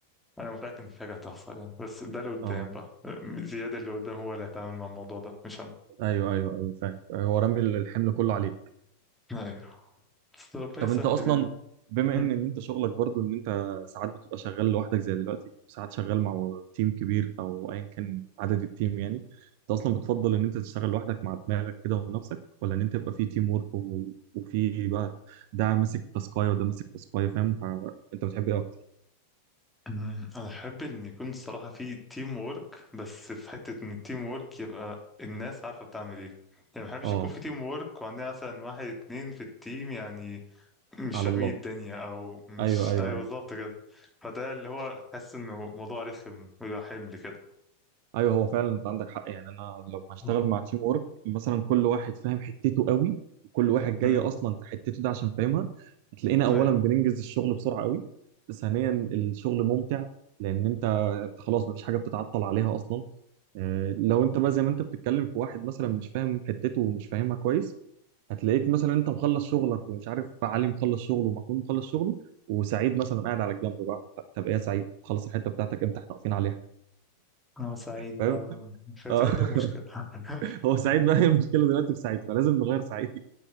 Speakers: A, in the centre; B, on the right (about 50°).
A: انا متاكد ان في حاجه هتحصل يعني بس ده اللي قدام
B: اه
A: بقى زياد اللي قدام هو اللي هيتعامل مع الموضوع ده مش انا
B: ايوه ايوه ايوه فاهم هو رامي الحمل كله عليك
A: ايوه بس ربنا
B: طب
A: يسهل
B: انت اصلا
A: يعني
B: بما
A: مم.
B: ان ان انت شغلك برضو ان انت ساعات بتبقى شغال لوحدك زي دلوقتي ساعات شغال مع تيم كبير او ايا كان عدد التيم يعني انت اصلا بتفضل ان انت تشتغل لوحدك مع دماغك كده ونفسك ولا ان انت يبقى في تيم ورك و- وفي بقى ده ماسك تاسكايه وده ماسك تاسكايه فاهم فانت بتحب ايه اكتر
A: مم. انا احب ان يكون الصراحه في تيم وورك بس في حته ان التيم وورك يبقى الناس عارفه بتعمل ايه يعني ما بحبش
B: اه
A: يكون في تيم وورك وعندنا مثلا واحد اتنين في التيم يعني مش
B: على
A: فاهمين
B: الله
A: الدنيا او مش
B: ايوه ايوه
A: ايوه بالظبط كده فده اللي هو حاسس انه موضوع رخم ويبقى حمل كده
B: ايوه هو فعلا انت عندك حق يعني انا لما اشتغل
A: أوه.
B: مع تيم ورك مثلا كل واحد فاهم حتته قوي وكل واحد جاي
A: مم.
B: اصلا في حتته ده عشان فاهمها هتلاقينا اولا
A: ايوه
B: بننجز الشغل بسرعه قوي ثانيا الشغل ممتع لان انت أنت خلاص مفيش حاجه بتتعطل عليها اصلا آه، لو انت بقى زي ما انت بتتكلم في واحد مثلا مش فاهم حتته ومش فاهمها كويس هتلاقيك مثلا انت مخلص شغلك ومش عارف علي مخلص شغله ومحمود مخلص شغله وسعيد مثلا قاعد على الجنب بقى طب طب ايه يا سعيد خلص الحته بتاعتك امتى احنا واقفين عليها
A: انا سعيد
B: فاهم
A: بقى مش
B: اه
A: سعيد ده مشكلة <laughs>
B: <laughs> هو سعيد بقى هي المشكله دلوقتي في سعيد فلازم نغير سعيد